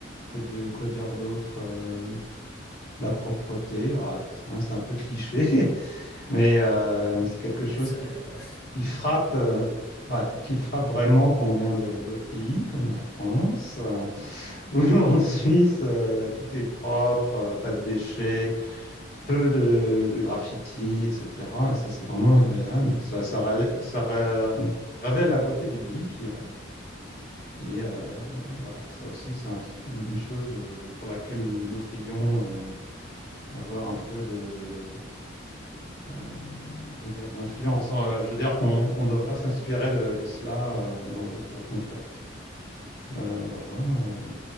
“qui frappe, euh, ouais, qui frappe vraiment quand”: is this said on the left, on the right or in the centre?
Left